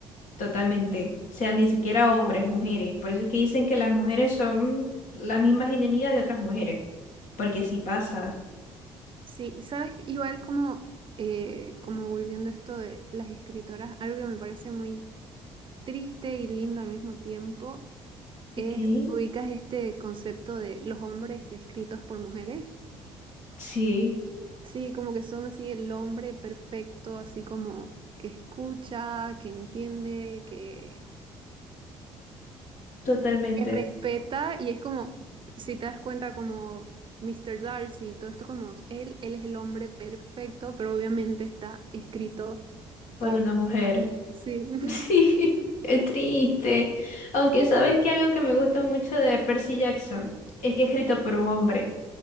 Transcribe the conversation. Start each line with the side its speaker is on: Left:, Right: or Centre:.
Left: Totalmente. O sea, ni siquiera hombres, mujeres. Por eso es que dicen que las mujeres son las mismas enemigas de otras mujeres. Porque sí pasa.
Right: Sí, sabes, igual como, eh, como volviendo a esto de las escritoras, algo que me parece muy triste y lindo al mismo tiempo es,
Left: ¿Ok?
Right: ubicas este concepto de los hombres escritos por mujeres.
Left: Sí,
Right: Sí, como que son así el hombre perfecto, así como que escucha, que entiende, que
Left: totalmente.
Right: que respeta y es como, si te das cuenta, como Mr. Darcy y todo esto, como él, él es el hombre perfecto, pero obviamente está escrito
Left: Para
Right: por
Left: una mujer.
Right: una-
Left: <laughs>
Right: Sí, <laughs>
Left: Sí, es triste. Aunque sabes que algo que me gusta mucho de Percy Jackson es que es escrito por un hombre,